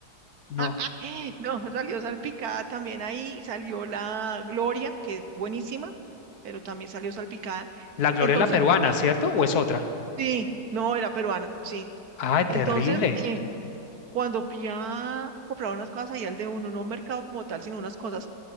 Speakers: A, on the left; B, on the right.
A: no.
B: <gasps> No, salió salpicada también ahí, salió la Gloria, que es buenísima, pero también salió salpicada.
A: La gloria
B: Entonces,
A: la peruana,
B: en-
A: ¿cierto? ¿O es otra?
B: sí, no, era peruana, sí.
A: Ay,
B: Entonces,
A: terrible.
B: eh, cuando fui a comprar unas cosas ahí al de uno, no mercado como tal, sino unas cosas,